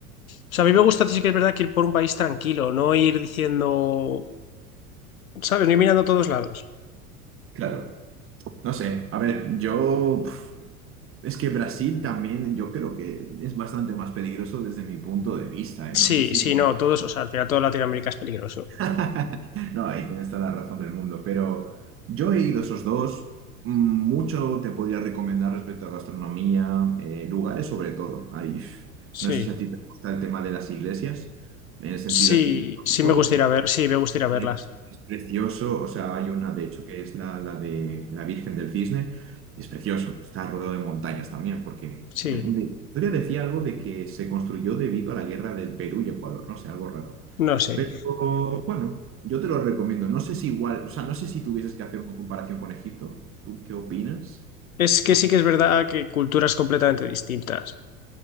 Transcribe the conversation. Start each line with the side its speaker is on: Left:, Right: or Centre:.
Left: O sea, a mí me gusta sí que es verdad que ir por un país tranquilo, no ir diciendo, ¿sabes? No ir mirando a todos lados.
Right: Claro. No sé. A ver, yo. pf, Es que Brasil también, yo creo que es bastante más peligroso desde mi punto de vista, ¿eh? No
Left: Sí,
Right: sé si.
Left: sí, no, todos, o sea, al final toda Latinoamérica es peligroso.
Right: <laughs> No, ahí tienes toda la razón del mundo. Pero yo he ido a esos dos. Mm, Mucho te podría recomendar respecto a gastronomía, eh, lugares sobre todo. Ahí, pf,
Left: Sí,
Right: no sé si a ti te gusta el tema de las iglesias, en el sentido
Left: sí,
Right: arquitectónico.
Left: sí me gustaría ver, sí, me gustaría verlas.
Right: Es, es precioso, o sea, hay una de hecho que es la, la de la Virgen del Cisne, es precioso, está rodeado de montañas también, porque
Left: Sí,
Right: me- me- la historia decía algo de que se construyó debido a la guerra del Perú y Ecuador, no sé, algo raro.
Left: no sé.
Right: Pero bueno, yo te lo recomiendo, no sé si igual, o sea, no sé si tuvieses que hacer una comparación con Egipto, ¿tú qué opinas?
Left: Es que
Right: Más
Left: sí que es verdad que culturas completamente distintas.